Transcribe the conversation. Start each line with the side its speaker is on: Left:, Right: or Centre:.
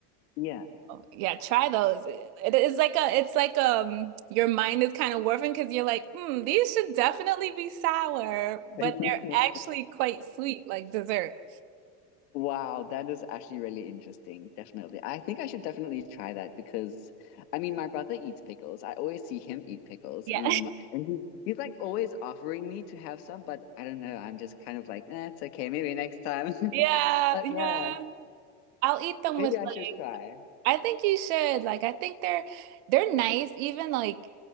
Left: Yeah.
Right: Yeah, try those. It, it's like a, it's like um, your mind is kind of warping because you're like, hmm, these should definitely be sour, but
Left: <laughs>
Right: they're actually quite sweet, like dessert.
Left: Wow, that is actually really interesting. Definitely. I think I should definitely try that because I mean my brother eats pickles. I always see him eat pickles
Right: Yeah,
Left: and I'm and he, he's like always offering me to have some, but I don't know. I'm just kind of like, eh, it's okay, maybe next time.
Right: <laughs>
Left: <laughs>
Right: yeah,
Left: But
Right: yeah.
Left: yeah,
Right: I'll eat them
Left: maybe
Right: with
Left: I should try.
Right: I think you should. Like, I think they're they're nice, even like